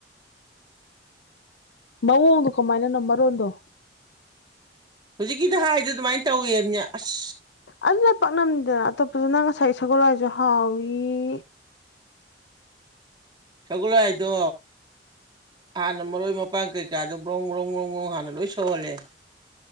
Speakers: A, on the left (about 75°); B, on the right (about 25°).
A: ꯃꯑꯣꯡꯗꯣ ꯀꯃꯥꯏꯅꯅꯣ ꯃꯔꯣꯟꯗꯣ
B: ꯍꯧꯖꯤꯛꯀꯤꯗ ꯍꯥꯏꯗꯨ ꯑꯗꯨꯃꯥꯏꯅ ꯇꯧꯋꯕꯅꯦ ꯑꯁ
A: ꯑꯗꯨꯅ ꯄꯥꯛꯅꯝꯅꯤꯗꯅ ꯑꯇꯣꯞꯄꯁꯨ ꯅꯪ ꯉꯁꯥꯏ ꯁꯒꯣꯜꯂꯁꯨ ꯍꯥꯎꯏ
B: ꯁꯒꯂꯣ ꯍꯥꯏꯗꯣ ꯑꯅ ꯃꯔ ꯑꯣꯏꯣꯏ ꯃꯄꯥꯡ ꯀꯩ ꯀꯀꯥꯗꯣ ꯕ꯭ꯔꯣꯡ ꯕ꯭ꯔꯣꯡ ꯕ꯭ꯔꯣꯡ ꯒ꯭ꯔꯣꯡ ꯍꯥꯟꯅ ꯂꯣꯏ ꯁꯧꯍꯜꯂꯦ